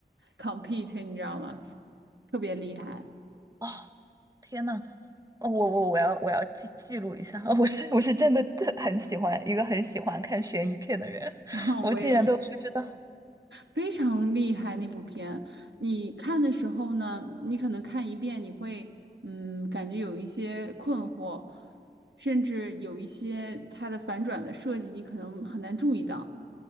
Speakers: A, on the right (about 85°); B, on the right (about 20°).
A: compete，你知道吗？特别厉害。<laughs>
B: 哦，天呐，哦我我我要我要记记录一下，<laughs> 我是我是真的特很喜欢一个很喜欢看悬疑片的人，<laughs>
A: 然后我也是。
B: 我竟然都不知道，
A: 非常厉害那部片。你看的时候呢，你可能看一遍，你会嗯，感觉有一些困惑，甚至有一些它的反转的设计，你可能很难注意到。